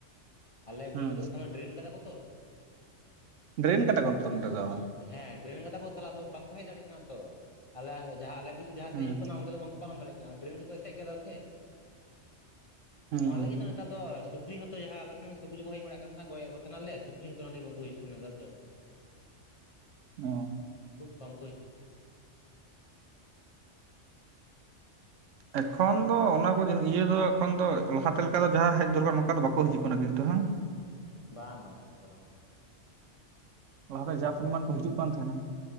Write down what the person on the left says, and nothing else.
ᱟᱞᱮ
ᱵᱤᱨ ᱨᱮᱫᱚ ᱮᱠᱷᱚᱱ ᱫᱚ ᱰᱨᱮᱱ ᱠᱟᱫᱟ ᱠᱚ ᱛᱚ ᱾
ᱦᱮᱸ ᱰᱨᱮᱱ ᱠᱟᱫᱟ ᱠᱚ ᱛᱟᱦᱞᱮ ᱟᱫᱚ ᱵᱟᱝᱠᱚ ᱦᱮᱡ ᱫᱟᱲᱮᱭᱟᱜ ᱠᱟᱱᱟ ᱛᱚ ᱟᱞᱮ ᱡᱟᱦᱟᱸ ᱟᱞᱮ ᱡᱩᱫᱤ ᱡᱟᱦᱟᱸ
ᱥᱮᱫ ᱦᱤᱡᱩᱜ ᱠᱟᱱᱟ ᱚᱱᱛᱮ ᱫᱚ ᱵᱟᱝᱠᱚ ᱯᱟᱨᱚᱢ ᱫᱟᱲᱮᱜ ᱠᱟᱱᱟ ᱰᱨᱮᱱ ᱛᱮᱠᱚ ᱮᱥᱮᱫ ᱠᱮᱫᱫᱟ ᱥᱮ ᱾
ᱚᱱᱟ ᱞᱟᱜᱤᱫ ᱜᱮᱛᱚ ᱱᱮᱛᱟᱨ ᱫᱚᱥᱩᱠᱨᱤ ᱦᱚᱸᱛᱚ ᱡᱟᱦᱟ ᱟᱞᱮ ᱥᱮᱱ ᱥᱩᱠᱨᱤ ᱠᱚ ᱦᱮᱡ ᱵᱟᱲᱟᱜ ᱠᱟᱱ ᱛᱟᱦᱮᱱᱟ ᱜᱚᱡ ᱮᱫ ᱠᱚ ᱛᱟᱦᱮᱱᱟᱞᱮ ᱥᱩᱠᱨᱤ ᱦᱚᱸᱛᱚ ᱚᱱᱟ ᱞᱟᱹᱜᱤᱫ ᱵᱟᱝᱠᱚ ᱦᱩᱭᱩᱜ ᱠᱟᱱᱟ ᱱᱮᱛᱟᱨ ᱫᱚ ᱾ <inaudible>
ᱠᱷᱩᱵ ᱠᱚᱢ ᱠᱚ ᱦᱤᱡᱩᱜ ᱠᱟᱱᱟ ᱾
ᱵᱟᱝ ᱵᱟᱝ ᱵᱟᱝ ᱚᱱᱠᱟ ᱫᱚ ᱾